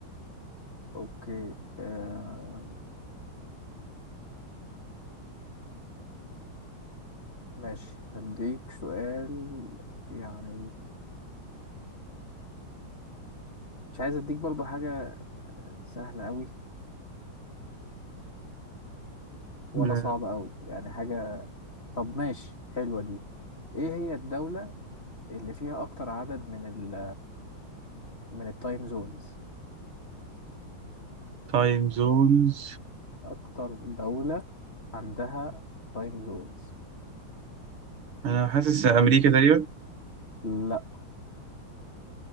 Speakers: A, on the left; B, on the right.
A: اوكي آم، ماشي هديك سؤال يعني مش عايز اديك برضو حاجة سهلة أوي ولا
B: آه
A: صعب قوي يعني حاجة طب ماشي حلوة دي ايه هي الدولة اللي فيها اكتر عدد من ال من التايم زونز
B: تايم زونز
A: اكتر دولة عندها تايم زونز
B: أنا حاسس أمريكا تقريبا
A: لا